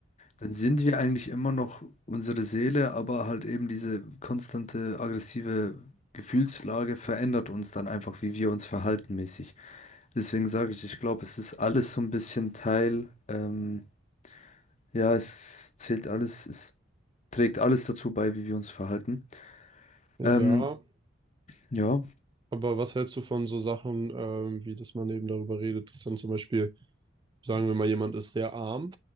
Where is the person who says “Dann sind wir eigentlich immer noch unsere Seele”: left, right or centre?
Left